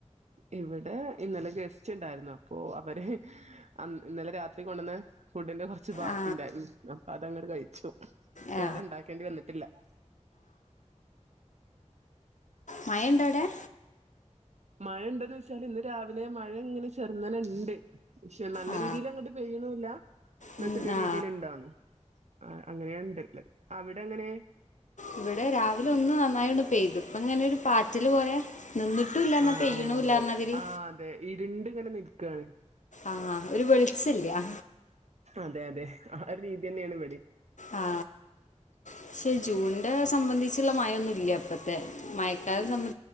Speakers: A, on the right; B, on the left.
A: ഇവിടെ ഇന്നലെ ഗസ്റ്റ് ഉണ്ടായിരുന്നു അപ്പൊ അവര് ഇന്നലെ രാത്രി കൊണ്ടോന്ന ഫുഡിന്റെകൊറച്ച് ബാക്കിണ്ടായിരുന്നു
B: ആ
A: അതങ്ങട് കഴിച്ചു
B: ആ
A: വേറെണ്ടാക്കേണ്ടി വന്നിട്ടില്ല <inaudible>
B: മഴ ഉണ്ടോ അവിടെ
A: മഴ ഉണ്ടൊന്നെച്ചാൽ ഇന്ന് രാവിലെ മഴ ഇങ്ങനെ ചെറുന്നനെ ഇണ്ട് പക്ഷെ നല്ല
B: ആ
A: രീതിയിൽ അങ്ങോട്ട് പെയ്യണ ല്ല എന്ന
B: ഉം,
A: ചെറിയ
B: ആ
A: രീതീല് ഇണ്ടിണു ആ അങ്ങനെയണ് ഉണ്ട്ള്ള അവിടെ എങ്ങനെ
B: ഇവിടെ രാവിലെ ഒന്ന് നന്നായിണ്ട് പെയ്തു അപ്പൊ ഇങ്ങനെ ഒരു പാറ്റല് പോലെ നിന്നിട്ടുല്ലന്നാ
A: ആഹ്
B: പെയ്യ്ണുല്ലാർഞാതിരി
A: ആഹ് ആഹ് അതെ ഇരുണ്ട് ഇങ്ങനെ നിക്കാണ്
B: ആ ഒരു വെൾച്ചല്ലാ
A: അതെ അതെ ആ രീതിയെന്നേണ് വടിം
B: ആ പക്ഷെ ജൂണിന്റെ സംബന്ധിച്ചുള്ള മഴൊന്നുംല്ല ഇപ്പം മയക്കാലം സംബ്